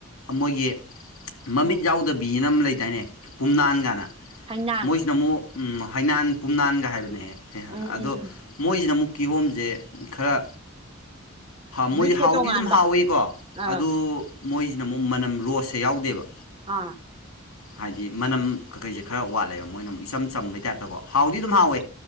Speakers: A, on the left; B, on the right.
A: ꯃꯣꯏꯒꯤ ꯃꯃꯤꯠ
B: ꯎꯝ
A: ꯌꯥꯎꯗꯕꯤꯅ ꯑꯃ ꯂꯩꯗꯥꯏꯅꯦ ꯄꯨꯝꯅꯥꯟ ꯀꯥꯟꯅ
B: ꯍꯩꯅꯥꯥꯡ
A: ꯅ ꯑꯃꯨꯛ ꯍꯩꯅꯥꯟ ꯄꯨꯝꯅꯥꯟꯒ ꯍꯥꯏꯕꯅꯦꯍ
B: ꯎꯝ
A: ꯑꯗꯣ
B: ꯎꯝ ꯎꯝ
A: ꯃꯣꯏꯁꯤꯅ ꯑꯃꯨꯛ ꯀꯤꯍꯣꯝꯁꯦ ꯈꯔ ꯃꯣꯏꯗꯤ
B: ꯕ꯭ꯔꯤꯠꯁꯦ
A: ꯍꯥꯎꯗꯤ
B: ꯇꯣꯉꯥꯟꯕ
A: ꯑꯗꯨꯝ ꯍꯥꯎꯋꯀꯣ
B: ꯑꯥ
A: ꯑꯗꯨ ꯃꯣꯏꯁꯤꯅ ꯑꯃꯨꯛ ꯃꯅꯝ ꯔꯣꯁꯁꯦ ꯌꯥꯎꯗꯦꯕ
B: ꯑꯥ
A: ꯍꯥꯏꯗꯤ ꯃꯅꯝ ꯀꯀꯩꯁꯦ ꯈꯔ ꯋꯥꯠꯂꯦꯕ ꯃꯣꯏꯅ ꯑꯃꯨꯛ ꯏꯆꯝ ꯆꯝꯕꯩ ꯇꯥꯏꯞꯇꯀꯣ ꯍꯥꯎꯗꯤ ꯑꯗꯨꯝ
B: ꯑꯥ
A: ꯍꯥꯎꯋꯦ